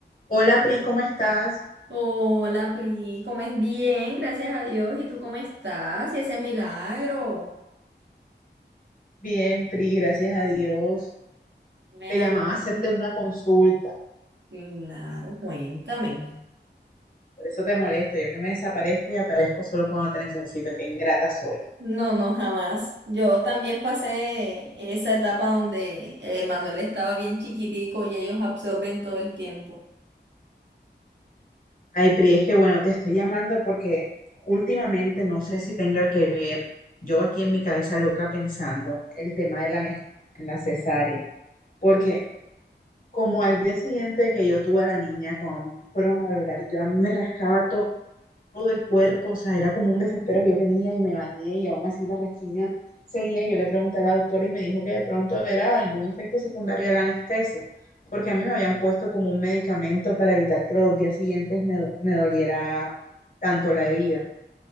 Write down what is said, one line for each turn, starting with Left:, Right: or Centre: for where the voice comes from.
Left: Hola Pri, ¿cómo estás?
Right: Hola, Pri, ¿cómo es? Bien, gracias a Dios. ¿Y tú cómo estás? ¿Y ese milagro?
Left: Bien, Pri, gracias a Dios.
Right: Me
Left: Te
Right: alegro.
Left: llamaba a hacerte una consulta,
Right: Claro, cuéntame.
Left: por eso te molesto. Yo que me desaparezco y aparezco solo cuando te necesito, qué ingrata soy.
Right: No, no, jamás. Yo también pasé esa etapa donde eh, Manuel estaba bien chiquitico y ellos absorben todo el tiempo.
Left: Ay, Pri, es que bueno, te estoy llamando porque últimamente no sé si tenga que ver, yo aquí en mi cabeza loca pensando el tema de la anestesia en la cesárea, porque como al día siguiente de que yo tuve a la niña, cuando me fueron a valorar, yo a mí me rascaba todo todo el cuerpo, o sea, era como un desespero que yo tenía y me bañé y aún así la rasquiña seguía. Yo le pregunté a la doctora y me dijo que de pronto era algún efecto secundario de la anestesia, porque a mí me habían puesto como un medicamento para evitar que los días siguientes me, do- me doliera tanto la herida.